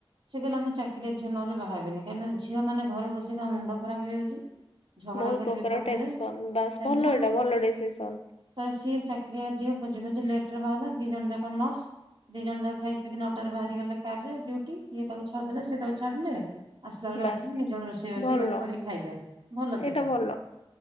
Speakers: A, on the right; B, on the left.
A: ସେ କହିଲା ମୁଁ ଚାକିରି ଝିଅ ନହେଲେ ବାହା ହେବିନି କାହିଁକିନା ଝିଅ ମାନେ ଘରେ ବସି ତାଙ୍କ ମୁଣ୍ଡ ଖରାପ୍ ହେଇଯାଉଚି। ଝଗଡା
B: ବହୁତ
A: କରିବେ
B: ପ୍ରକାର
A: ଫାଲତୁରେ
B: ଟେନସନ ବାସ୍
A: ଟେନସନ
B: ଭଲ ଏଇଟା ଭଲ ଡିସିସନ
A: ତ ସିଏ ଚାକ୍ ଚାକିରିଆ ଝିଅ ଖୋଜି ଖୋଜି ଲେଟ୍ ରେ ବାହାହେଲେ ଦି ଜଣ ଯାକ ନର୍ସ ଦି ଜଣ ଯାକ ଖାଇ ପି କି ନ ଟା ରେ ବାହାରି ଗଲେ କାରରେ ଡିଉ ଟି ଇଏ ତାକୁ ଛାଡିଦେଲେ ସିଏ ତାକୁ ଛାଡିଲେ ଆସିଲା ବେଳେ
B: ବାସ୍
A: ଆସିଲେ ନିଜ ରୋଷେଇ ରୋଷେଇ
B: ଭଲ
A: କରିକି ଖାଇଲେ। ଭଲ ସେଟା।
B: ଏଇଟା ଭଲ।